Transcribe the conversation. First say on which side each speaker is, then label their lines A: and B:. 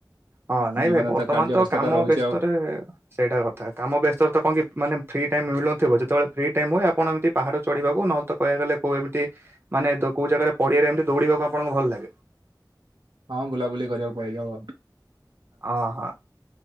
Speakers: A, on the right (about 30°); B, on the right (about 80°).
A: ହଁ ନାଇଁ
B: ଜୀବନ
A: ଭାଇ ବର୍ତ୍ତମାନ
B: କାର୍ଯ୍ୟ
A: ତ
B: ବ୍ୟସ୍ତତା
A: କାମ
B: ରହୁଛି
A: ବ୍ୟସ୍ତରେ
B: ଆଉ।
A: ସେଇଟା କଥା କାମ ବ୍ୟସ୍ତରେ ତ କଣ କି ମାନେ ଫ୍ରି ଟାଇମ ମିଳୁନଥିବ ଯେତେବେଳେ ଫ୍ରି ଟାଇମ ହୁଏ ଆପଣ ଏମିତି ପାହାଡ଼ ଚଢିବାକୁ ନହେଲେ କହକୁ ଗଲେ କୋଉ ଏମିତି ମାନେ କୋଁ ଜାଗାରେ ପଡିଆରେ ଏମିତି ଦୌଡିବାକୁ ଆପଣଙ୍କୁ ଭଲ ଲାଗେ।
B: ହଁ ବୁଲାବୁଲି କରିବାକୁ ପଳେଇ ଯାଉ।
A: ଅଁ ହଁ